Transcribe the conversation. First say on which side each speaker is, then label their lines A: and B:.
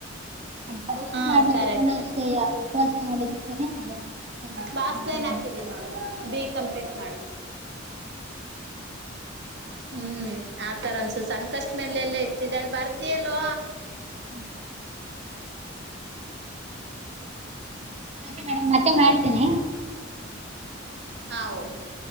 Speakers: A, on the right; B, on the right.
A: ಪರೀಕ್ಷೆ
B: ಹಾ
A: ಮಾಡ್ ನೋಡುದ್ರನು
B: ಕರೆಕ್ಟ್
A: ಅಷ್ಟೇ ಉಪವಾಸ ಮಾಡಿದ್ ದಿವಸನೆ ಊಟ ಮಾಡಬೇಕು
B: ಬಾಸ್ಲೈನ್ ಹಾಕಿದ್ದೀನಿ
A: <inaudible>
B: ನೋಡು ಬೇಗ ಕಂಪ್ಲೀಟ್ ಮಾಡು ಹ್ಮ್ ಆತರ ಅನ್ಸುತ್ತ ಸಂಕಷ್ಟ ಮೇಲೆ ಎಲ್ಲಾ ಇರತಿದೆ ಅಲ್ಲ ಬರ್ದಿ ಅಲೋ
A: ಹ್ಮ ಸರಿ ಮೇಡಮ್ ಮತ್ತೆ ಮಾಡ್ತೀನಿ
B: ಹಾ ಓಕೆ